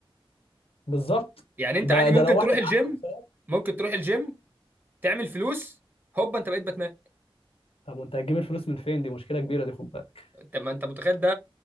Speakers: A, on the left; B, on the right.
A: بالظبط
B: يعني انت
A: ده
B: عادي
A: ده
B: ممكن
A: لو واحد
B: تروح الجيم
A: عاقل فاهم
B: ممكن تروح الجيم تعمل فلوس هوبا انت بقيت باتمان
A: طب وانت هتجيب الفلوس من فين دي مشكله كبيره دي خد بالك
B: انت ما انت متخيل ده